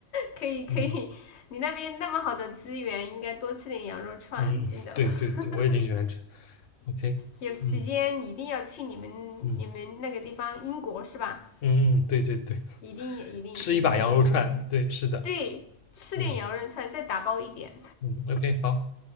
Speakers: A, on the left; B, on the left.
A: 可以可以，
B: 嗯
A: 你那边那么好的资源，应该多吃点羊肉串，
B: 嗯，
A: 真的。
B: 对对对，
A: <laughs>
B: 我也挺喜欢吃。OK，
A: 有时间一定要去你们你们那个地方，
B: 嗯嗯
A: 英国是吧？
B: 嗯嗯，对对对。
A: 一定一定一定一定，
B: 吃一把羊肉串，对，是的，
A: 对，吃点羊肉串，
B: 嗯
A: 再打包一点。
B: 嗯，OK，好。